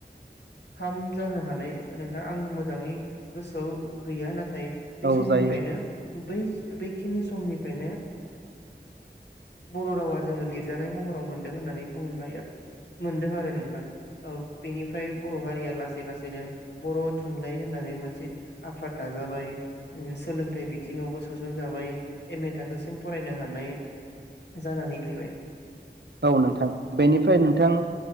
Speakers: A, on the left (about 75°); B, on the right (about 70°).
A: थाम जानो हानाय नोंथां आं मोजाङै गोसोआव गैया नाथाय बे
B: औ
A: समनिफ्रायनो
B: जायो
A: बै बैखिनि समनिफ्रायनो बर' रावा जोङो लिरजानाय महराव मोनदों होननानै बुंनो हायो मोनदों आरो। नोंथां औ बेनिफ्राय बर' हारिया लासै लासैनो बर' थुनलाइ होननानै मोनसे आफाद दाजाबाय सोलोंथाइ बिथिङावबो सोसनजाबाय एम ए थाखोसिम फरायनो हानाय जानानै फैबाय।
B: औ नोंथां बेनिफ्राय नोंथां
A: औ